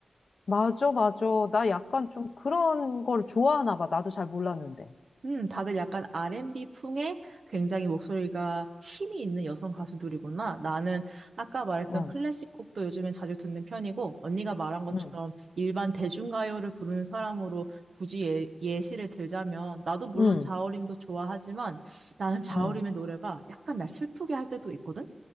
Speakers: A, on the left; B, on the right.
A: 맞아, 맞아. 나 약간 좀 그런 걸 좋아하나 봐. 나도 잘 몰랐는데.
B: 음, 다들 약간 R&B 풍의 굉장히 목소리가 힘이 있는 여성 가수들이구나. 나는 아까 말했던
A: 응,
B: 클래식 곡도 요즘엔 자주 듣는 편이고, 언니가 말한 것처럼
A: 응,
B: 일반 대중가요를 부르는 사람으로 굳이 예, 예시를 들자면, 나도 물론
A: 응,
B: 자우림도 좋아하지만, 나는 자우림의
A: 응.
B: 노래가 약간 날 슬프게 할 때도 있거든?